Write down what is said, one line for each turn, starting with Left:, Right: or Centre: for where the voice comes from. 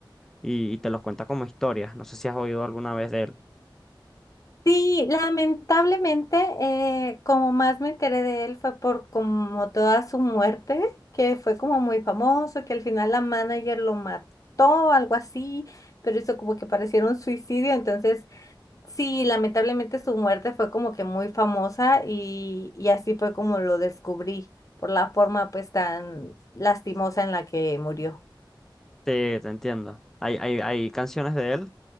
Centre: y, y te los cuenta como historias. No sé si has oído alguna vez de él.
Left: sí, lamentablemente, eh, como más me enteré de él fue por como toda su muerte, que fue como muy famoso, que al final la manager lo mató, algo así, pero hizo como que pareciera un suicidio, entonces Sí, lamentablemente su muerte fue como que muy famosa y, y así fue como lo descubrí, por la forma pues tan lastimosa en la que murió.
Centre: Sí, te entiendo. Hay, hay, hay canciones de él,